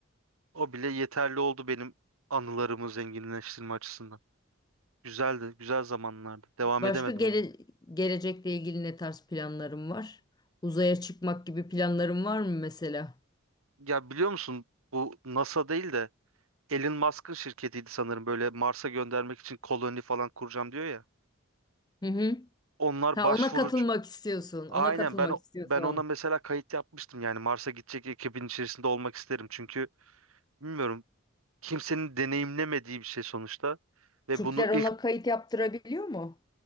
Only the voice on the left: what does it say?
Başka
gele-
gelecekle ilgili ne tarz planlarım var? Uzaya çıkmak gibi planlarım var mı mesela?
Hı hı.
Ha
ona katılmak istiyorsun.
Ona katılmak
istiyorsun.
Türkler
ona kayıt yaptırabiliyor mu?